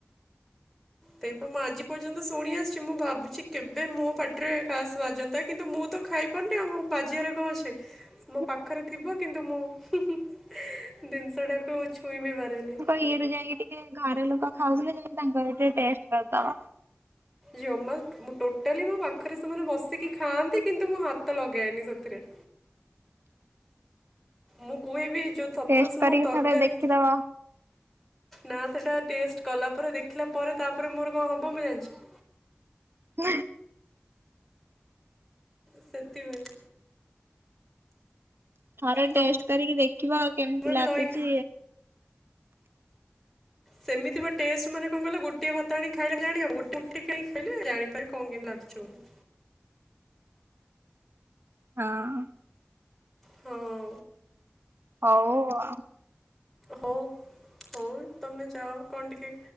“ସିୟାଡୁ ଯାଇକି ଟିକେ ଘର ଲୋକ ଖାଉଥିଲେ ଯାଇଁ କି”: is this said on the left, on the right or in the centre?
Right